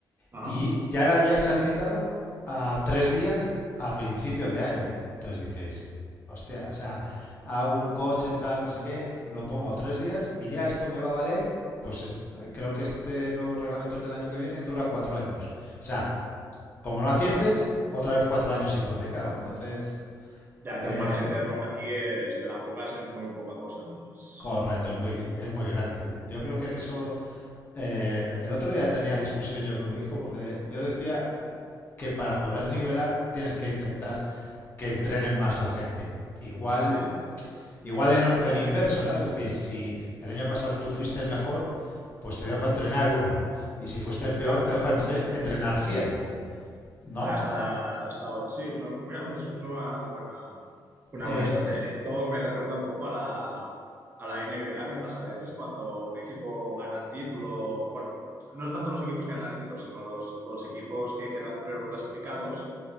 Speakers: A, on the right; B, on the left.
A: Ajá,
B: Y ya ahora ya se ha limitado a tres días a principio de año. Entonces dices, hostia, o sea, hago un coche tal, no sé qué, lo pongo tres días y ya esto me va a valer. Pues es, creo que este nuevo reglamento, el del año que viene, dura cuatro años. O sea, como no aciertes,
A: ya,
B: otra vez cuatro años hipotecado. Entonces,
A: ya,
B: eh,
A: que el margen de error aquí es, te la juegas en muy poca cosa, ¿no? Es-
B: Correcto, es muy, es muy grande. Yo creo que en eso, eh, el otro día tenía discusión yo con mi hijo porque yo decía que para poder nivelar tienes que intentar que entrenen más la gente. Igual,
A: ya.
B: igual en orden inverso, ¿no? Es decir, si el año pasado tú fuiste el mejor, pues te dejo entrenar uno. Y si fuiste el peor,
A: Claro,
B: te dejo ence- entrenar cien ¿no?
A: Ah, está, está- sí, bueno, mira, ostras, es una buena, una
B: Eh,
A: buena estrategia. Esto me recuerda un poco a la, a la N B A que pasa a veces cuando un equipo gana el título, bueno, no es tanto los equipos que ganan el título, sino los, los equipos que quedan peor clasificados.